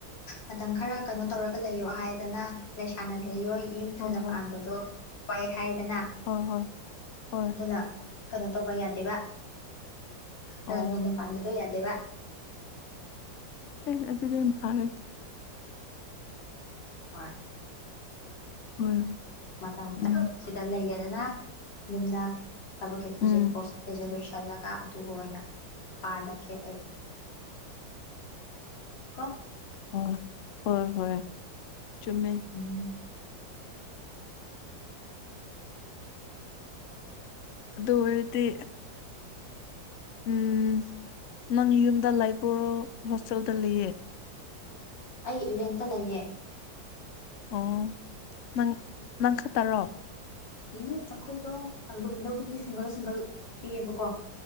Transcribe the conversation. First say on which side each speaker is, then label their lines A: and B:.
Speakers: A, on the left (about 70°); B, on the left (about 80°).
A: ꯃꯇꯝ ꯈꯔ ꯀꯩꯅꯣ ꯇꯧꯔꯒ ꯂꯩꯌꯣ ꯍꯥꯏꯗꯅ ꯂꯩꯥꯏꯁꯥꯅ ꯂꯩꯌꯣꯏ ꯌꯨꯝ
B: ꯍꯣꯏ
A: ꯊꯨꯅ
B: ꯍꯣꯏ
A: ꯄꯥꯟꯕꯗꯣ ꯋꯥꯏ ꯍꯥꯏꯗꯅ꯫
B: ꯍꯣꯏ ꯍꯣꯏ ꯍꯣꯏ
A: ꯑꯗꯨꯅ ꯀꯩꯅꯣ ꯇꯧꯕ ꯌꯥꯗꯦꯕ꯫ ꯈꯔ
B: ꯑꯣ
A: ꯉꯟꯅ ꯄꯟꯕꯗꯣ ꯌꯥꯗꯕ
B: ꯍꯣꯏ ꯑꯗꯨꯗꯤ ꯌꯥꯝ ꯐꯔꯦ
A: ꯍꯣꯏ
B: ꯍꯣꯏ
A: ꯃꯇꯝ ꯈꯔ
B: ꯎꯝ
A: ꯁꯤꯗ ꯂꯩꯒꯦꯗꯅ ꯌꯨꯝꯗ ꯊꯕꯛꯀꯤ ꯀꯖꯦ
B: ꯎꯝ
A: ꯀꯣꯔꯁ ꯀꯩꯁꯦ ꯂꯣꯏꯁꯤꯜꯂꯒ ꯑꯗꯨꯒ ꯑꯣꯏꯅ ꯄꯥꯟꯂꯒꯦ ꯑꯩ꯫ ꯀꯣ
B: ꯍꯣꯏ ꯍꯣꯏ ꯍꯣꯏ ꯆꯨꯝꯃꯦ
A: ꯎꯝ
B: ꯑꯗꯨ ꯑꯣꯏꯔꯗꯤ ꯎꯝ ꯅꯪ ꯌꯨꯝꯗ ꯂꯥꯏꯕ꯭ꯔꯣ ꯍꯣꯁꯇꯦꯜꯗ ꯂꯩꯌꯦ
A: ꯑꯩ ꯔꯦꯟꯇ ꯂꯩꯌꯦ
B: ꯑꯣ ꯅꯪ ꯅꯪꯈꯠꯇꯔꯣ?
A: ꯎꯝ ꯑꯩꯈꯣꯏꯗꯣ ꯑꯗꯨꯨꯝ ꯂꯨꯕꯗꯤ ꯁꯤꯡꯒꯜ ꯁꯤꯡꯒꯜ ꯄꯤꯌꯦꯕꯀꯣ